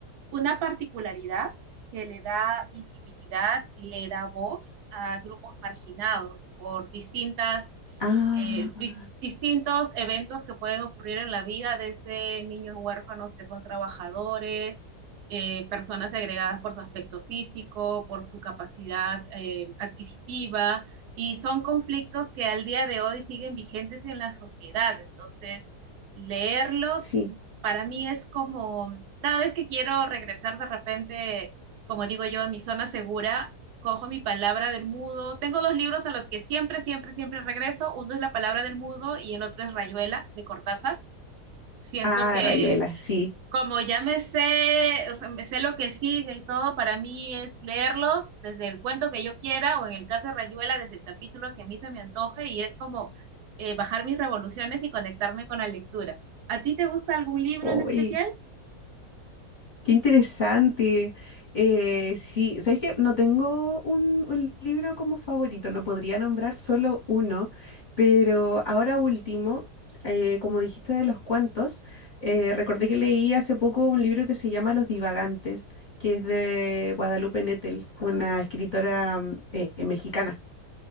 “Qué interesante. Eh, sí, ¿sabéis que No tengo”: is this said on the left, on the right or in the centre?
Left